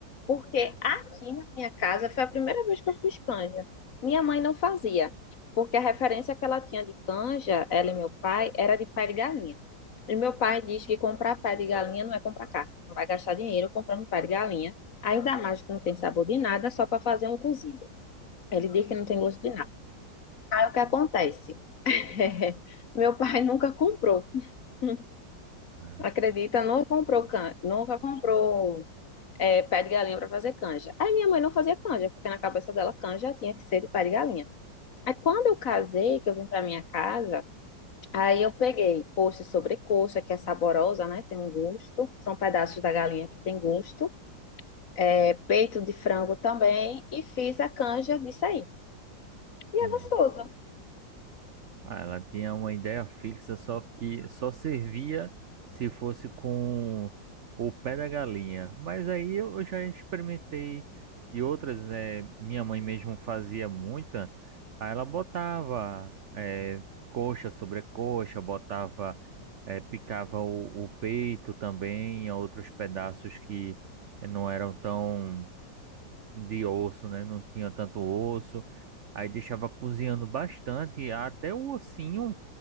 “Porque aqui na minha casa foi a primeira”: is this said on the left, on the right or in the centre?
Left